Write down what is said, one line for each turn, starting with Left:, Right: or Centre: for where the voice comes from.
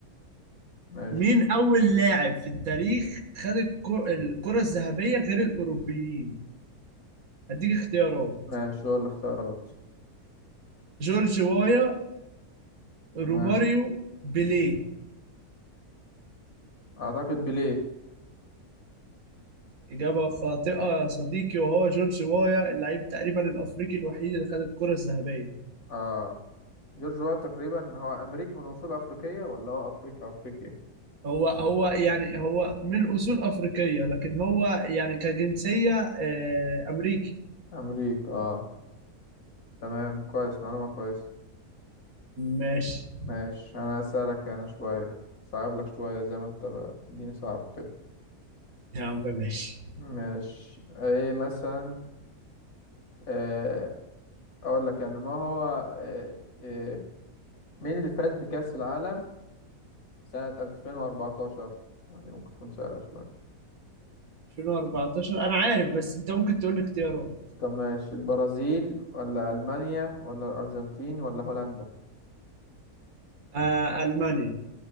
Left: ماشي
Right: مين أول لاعب في التاريخ خد الكر- الكرة الذهبية غير الأوروبيين؟ هديك اختيارات
Left: ماشي هو الاختيارات
Right: جورج وايا
Left: تمام
Right: روماريو بيليه
Left: اعتقد بيليه
Right: إجابة خاطئة يا صديقي وهو جورج وايا اللعيب تقريبا الأفريقي الوحيد اللي خد الكرة الذهبية
Left: اه جورج وات تقريبا هو امريكي من اصول افريقية ولا هو افريقي افريقي
Right: هو هو يعني هو من أصول أفريقية لكن هو يعني كجنسية آه، أمريكي
Left: امريكا آه. تمام كويس معلومة كويسة
Right: ماشي
Left: ماشي أنا هسألك أنا شوية صعب لك شوية زي ما أنت بقى بتديني صعب كده
Right: يا عم ماشي
Left: ماشي إيه مثلا إيه أقول لك يعني ما هو إيه إيه مين اللي فاز بكأس العالم سنة 2014 دي ممكن تكون سهلة شوية
Right: 2014 أنا عارف بس أنت ممكن تقول لي اختيارات
Left: طب ماشي البرازيل ولا ألمانيا ولا الأرجنتين ولا هولندا
Right: آه ألمانيا